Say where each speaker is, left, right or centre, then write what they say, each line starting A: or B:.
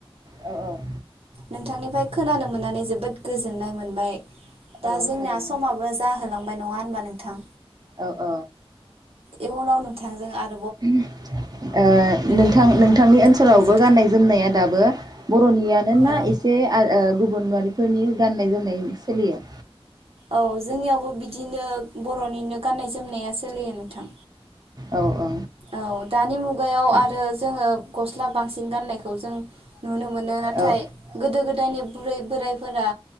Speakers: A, on the right; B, on the right.
A: औ औ
B: नोंथांनिफ्राय खोनानो मोननानै जोबोद गोजोननाय मोनबाय दा
A: औ
B: जोंनिया
A: थारैनो
B: समाबो जाहोलांबाय नङा होनबा नों थां
A: औ औ
B: इयुनाव नोंथां जों आर
A: <unintelligible> ओ नोंथां
B: होननानै
A: नोंथांनि ओनसोलावबो
B: मिजिं
A: गाननाय-जोमनाया दाबो बर'नियानोना
B: औ
A: इसे <unintelligible> गुबुन फोरनि गाननाय-जोमनाय सोलियो
B: औ जोंनियावबो बिदिनो बर'निनो गाननाय-जोमनाय जोमनाया सोलियो नोंथां
A: औ औ
B: औ दानि मुगायाव
A: था
B: आरो जोङो गस दा बांसिन गाननायखौ जों नुनो मोनो नाथाय
A: औ
B: गोदो गोदा गोदायनि बुरै बोरायफोरा